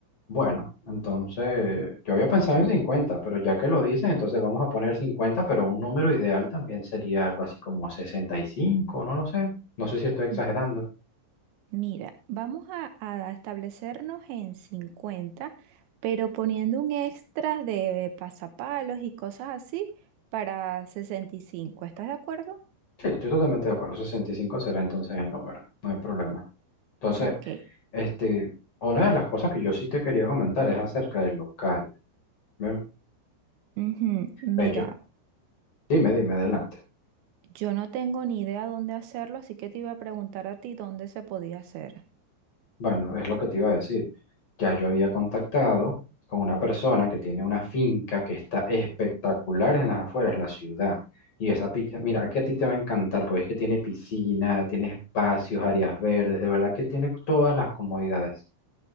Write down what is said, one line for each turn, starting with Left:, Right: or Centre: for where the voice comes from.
Left: Bueno, entonces yo había pensado en 50, pero ya que lo dices, entonces vamos a poner 50, pero un número ideal también sería algo así como sesenta y cinco. no lo sé. No sé si estoy exagerando.
Right: M- Mira, vamos a, a establecernos en 50, pero poniendo un extra de pasapalos y cosas así para 65. ¿Estás de acuerdo?
Left: Sí, estoy totalmente de acuerdo. 65 será entonces el número, no hay problema. Entonces,
Right: Ok.
Left: este, una de las cosas que yo sí te quería comentar es acerca del local. ¿ve?
Right: Ujú. Mira.
Left: Ve, yo- dime, dime, adelante.
Right: Yo no tengo ni idea dónde hacerlo, así que te iba a preguntar a ti dónde se podía hacer.
Left: Bueno, es lo que te iba a decir. Ya yo había contactado con una persona que tiene una finca que está espectacular en las afueras de la ciudad. Y esa finca, mira, es que a ti te va a encantar, porque es que tiene piscina, tiene espacios, áreas verdes, de verdad que tiene todas las comodidades.